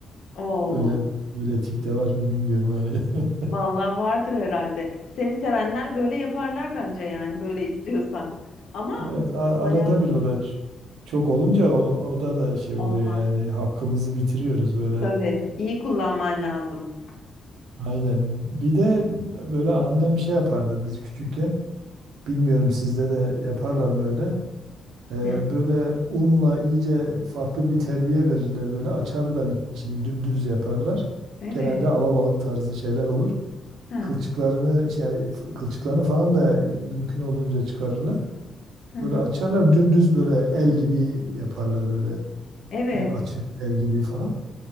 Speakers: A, on the left; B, on the right.
A: Oo,
B: öyle öyle tip de var mı bilmiyorum hani. <laughs>
A: vallahi vardır herhalde. Seni sevenler böyle yaparlar bence yani böyle istiyorsan. Ama
B: Evet a-
A: baya
B: arada bir o da ç- çok olunca o, o da da şey
A: olmaz.
B: oluyor yani hakkımızı bitiriyoruz böyle.
A: Tabii iyi kullanman lazım.
B: Aynen. Bir de böyle annem şey yapardı biz küçükken. Bilmiyorum sizde de yaparlar mı öyle? Ee,
A: Hı.
B: böyle unla iyice farklı bir terbiye verirler böyle açarlar içini dümdüz yaparlar.
A: Evet.
B: Genelde alabalık tarzı şeyler olur.
A: Ha.
B: Kılçıklarını şey f- kılçıklarını falan da mümkün olduğunca çıkarırlar.
A: Hı hı.
B: Böyle açarlar dümdüz böyle el gibi yaparlar böyle
A: Evet.
B: e, açık el gibi falan.